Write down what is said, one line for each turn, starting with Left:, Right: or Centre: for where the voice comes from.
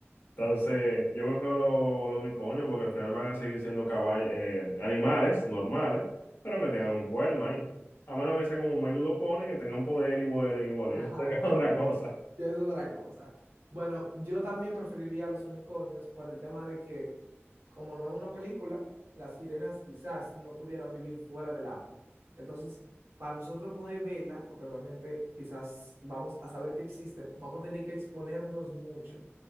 Left: Entonces, yo prefiero lo- los unicornios porque al final van a seguir siendo caballos, eh, animales normales, pero que tengan un cuerno ahí. A menos que sea como un Milo lo pone, que tengan poder y vuelen y bueno, <laughs> y eso
Right: <laughs>
Left: sería <laughs> otra cosa.
Right: Ya es otra cosa. Bueno, yo también preferiría a los unicornios por el tema de que, como no es una película, las sirenas quizás no pudieran vivir fuera del agua. Entonces, para nosotros poder verla, porque obviamente quizás vamos a saber que existen, vamos a tener que exponernos mucho.